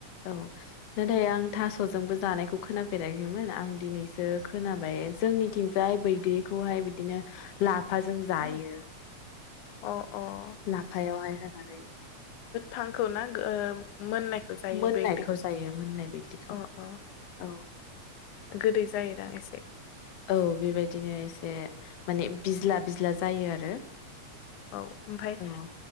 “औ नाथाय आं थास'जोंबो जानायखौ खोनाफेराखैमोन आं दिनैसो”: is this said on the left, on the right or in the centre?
Left